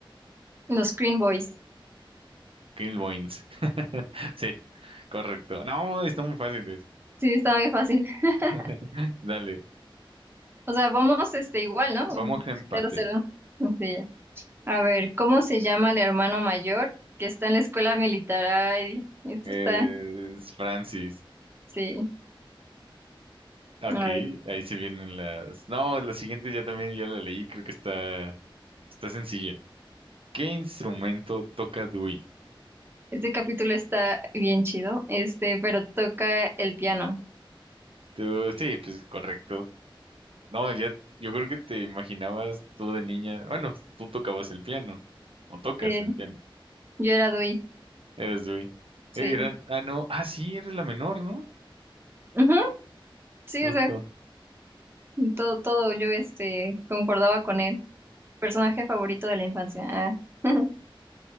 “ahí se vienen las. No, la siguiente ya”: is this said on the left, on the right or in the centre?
Right